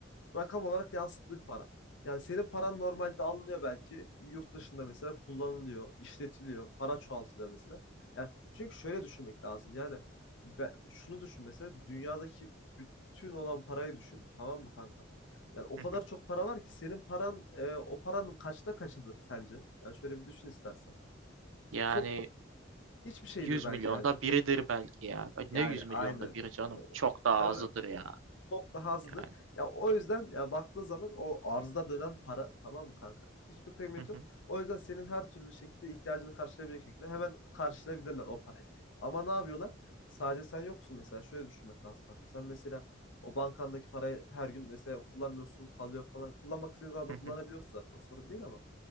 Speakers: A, on the left; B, on the right.
A: rakam olarak yansıttığı bir para. Yani senin paran normalde alınıyor belki. Yurt dışında mesela kullanılıyor, işletiliyor, para çoğaltılıyor mesela. Yani çünkü şöyle düşünmek lazım. Yani be- şunu düşün mesela dünyadaki bütün olan parayı düşün. Tamam mı kankam? Yani o
B: Hı hı.
A: kadar çok para var ki senin paran e, o paranın kaçta kaçıdır sence? Yani şöyle bir düşün istersen.
B: Yani
A: Çok Hiçbir şeydir
B: 100
A: bence
B: milyonda
A: yani.
B: biridir belki ya. Ay,
A: Yani
B: Ne 100 milyonda
A: aynen.
B: biri canım?
A: Ya, o-
B: Çok daha
A: Değil
B: azıdır
A: mi?
B: ya.
A: Çok daha azdır.
B: Yani.
A: Ya o yüzden ya baktığın zaman o arzda dönen para tamam mı kanka? Hiçbir kıymeti
B: Hı hı.
A: yok. O yüzden senin her türlü şekilde ihtiyacını karşılayabilecek şekilde hemen karşılayabilirler o parayı. Ama ne yapıyorlar? Sadece sen yoksun mesela. Şöyle düşünmek lazım kanka. Sen mesela o bankandaki parayı her gün mesela kullanmıyorsun, kalıyor falan. Kullanmak istediğin zaman
B: Hı
A: da kullanabiliyorsun
B: hı.
A: zaten. O sorun değil ama